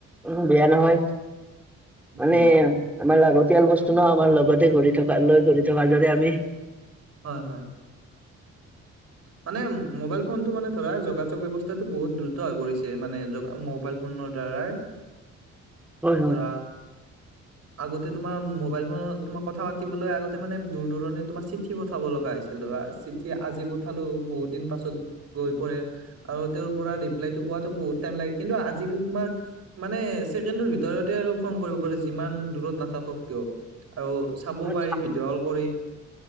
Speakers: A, in the centre; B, on the right.
A: উম' বেয়া নহয়,
B: উম
A: মানে- আমাৰ লাগতিয়াল বস্তু ন, আমাৰ লগতে ঘূৰি থকা লৈ ঘূৰি থকাৰ দৰে আমি-
B: হয় হয়। মানে মোবাইল ফোনটো মানে ধৰা যোগাযোগ ব্যৱস্থাটো বহুত দ্ৰুত হৈ পৰিছে, মানে য মোবাইল- ফোনৰ দ্বাৰাই-
A: <inaudible> হয়
B: ধৰা, আগতে তোমাৰ মোবাইল ফোনত তোমাৰ কথা পাত- তিবলৈ আগতে মানে দূৰ দূৰণি তোমাৰ চিঠি পঠাব লগা হৈছিল ধৰা চিঠি আজি- ঠালো বহুত দিন পাছত গৈ পৰে। আৰু তেওঁৰ পৰা ৰিপ্লাইটো পোৱাতো বহুত টাইম লাগে, কিন্তু আজিকালি তোমাৰ- মানে ছেকেণ্ডৰ ভিতৰতে আৰু ফোন কৰিব পাৰে, যিমান দূৰত নাথাকক কিয়? আৰু- চাবও
A: হয়
B: পাৰি ভিডিঅ' কল কৰি